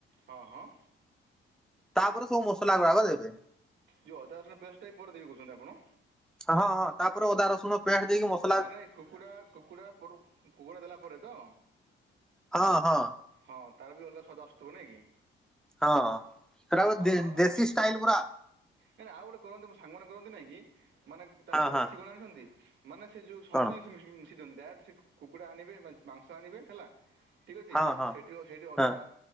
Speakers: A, on the right; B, in the centre.
A: ହଁ -ହଁ।
B: ତାପରେ ସବୁ ମସଲା ଗୁଡାକ ଦେବେ।
A: ଯଉ ଅଦା ରସୁଣ ପେଷ୍ଟ୍ ଟା ବି ପରେ ଦେବି କହୁଚନ୍ତି ଆପଣ?
B: ହଁ -ହଁ ତାପରେ ଅଦା ରସୁଣ ପେଷ୍ଟ ଦେଇକି ମସ୍
A: ମାନେ କୁକୁଡା- କୁକୁଡା- କୁକୁଡା ଦେଲା ପରେ ତ
B: ହଁ -ହଁ।
A: ହଁ ତାର ବି ଅଲଗା ସ୍ୱାଦ ଆସୁଥିବ ନାଇଁ କି।
B: ହଁ। ସେଟା ଗୋଟେ
A: ଆଉ
B: ଦେ
A: -ଆଉ
B: ଦେଶୀ
A: -ଆ
B: ଷ୍ଟାଇଲ ପୁରା
A: -ଆଉ ଗୋଟେ କରନ୍ତୁ ସାଙ୍ଗମାନେ କରନ୍ତି ନାଇଁ କି ମାନେ ତାର
B: ହଁ
A: ଗୋଟେ
B: ହଁ
A: ଅଛି କଣ ଜାଣିଚନ୍ତି। ମାନେ ସେ ଯେଉଁ ସବୁ
B: କଣ
A: ଜିନିଷ ମିଶି ଦିଅନ୍ତି <unintelligible> ସେ କୁକୁଡ଼ା ଆଣିବେ ମାଂସ ଆଣିବେ ହେଲା ଠିକ୍ ଅଛି
B: ହଁ ହଁ
A: ସେଠି -ସେଠି ଅଦା,
B: ହଁ।